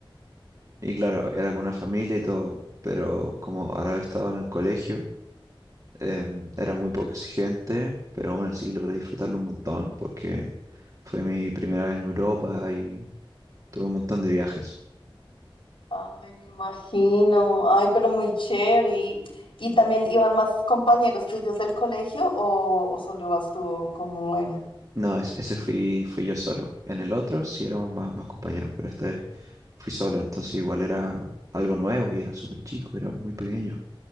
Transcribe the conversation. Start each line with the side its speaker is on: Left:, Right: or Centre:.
Right: y claro, era con una familia y todo, pero como al haber estado en el colegio, Em, era muy poco exigente, pero aún así logré disfrutarlo un montón porque fue mi primera vez en Europa y tuve un montón de viajes.
Left: Ay, me imagino. Ay, pero muy chévere. ¿Y, y también iban más compañeros tuyos del colegio o, o solo ibas tú o cómo era?
Right: No, es- ese fui, fui yo solo. En el otro sí éramos más, más compañeros, pero este fui solo, entonces igual era algo nuevo y era súper chico, era muy pequeño.